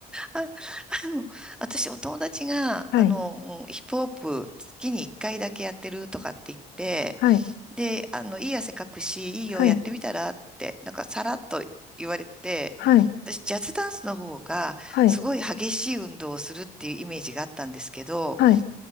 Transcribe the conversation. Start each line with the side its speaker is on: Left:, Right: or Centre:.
Centre: あ、<laughs> あの、私、お友達が、
Left: <laughs> はい。
Centre: あの、ヒップホップ月に1回だけやってるとかって言って、
Left: <laughs> はい。
Centre: で、あの、いい汗かくし、いいよ、
Left: はい。
Centre: やってみたらって、なんかさらっと言われて、
Left: はい。
Centre: 私、ジャズダンスの方が、
Left: はい。
Centre: すごい激しい運動をするっていうイメージがあったんですけど、
Left: はい。